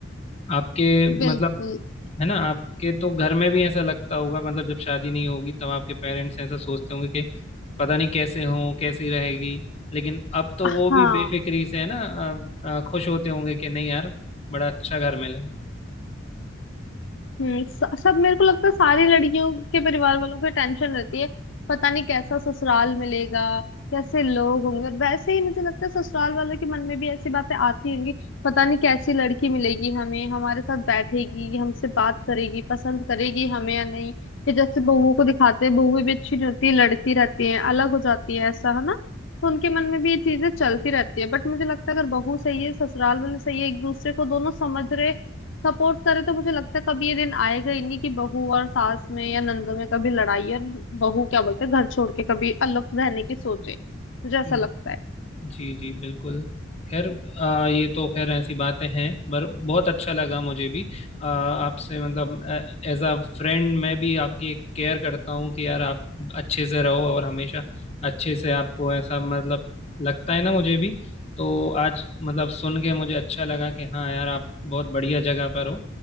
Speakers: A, on the left (about 30°); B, on the left (about 70°).
A: आपके
B: बिल्कुल
A: मतलब है ना आपके तो घर में भी ऐसा लगता होगा मतलब जब शादी नहीं होगी तब आपके पेरेंट्स ऐसा सोचते होंगे कि पता नहीं कैसे हो कैसी रहेगी लेकिन अब तो
B: हाँ
A: वो भी बेफिक्री से है ना अ, अ, खुश होते होंगे कि नहीं यार बड़ा अच्छा घर मिला है
B: हम्म स- सब मेरे को लगता है सारी लड़कियों के परिवार वालों को टेंशन रहती है पता नहीं कैसा ससुराल मिलेगा कैसे लोग होंगे और वैसे ही मुझे लगता है ससुराल वालों के मन में भी ऐसी बातें आती होंगी पता नहीं कैसी लड़की मिलेगी हमें हमारे साथ बैठेगी हमसे बात करेगी पसंद करेगी हमें या नहीं ये जैसे बहुओं को दिखाते हैं बहुएं भी अच्छी नहीं होती लड़ती रहती हैं अलग हो जाती है ऐसा है ना तो उनके मन में भी ये चीजें चलती रहती है बट मुझे लगता है अगर बहू सही है ससुराल वाले सही है एक दूसरे को दोनों समझ रहे सपोर्ट करे तो मुझे लगता है कभी ये दिन आएगा ही नहीं कि बहू और सास में या नंदों में कभी लड़ाई और बहू क्या बोलते हैं घर छोड़ के कभी अलग रहने की सोचे मुझे ऐसा
A: जी
B: लगता है
A: जी जी बिल्कुल खैर आ, ये तो खैर ऐसी बातें हैं पर बहुत अच्छा लगा मुझे भी आ, आपसे मतलब एज अ फ्रेंड मैं भी आपकी केयर करता हूँ कि यार आप अच्छे से रहो और हमेशा अच्छे से आपको ऐसा मतलब लगता है ना मुझे भी तो आज मतलब सुन के मुझे अच्छा लगा कि हाँ यार आप बहुत बढ़िया जगह पर हो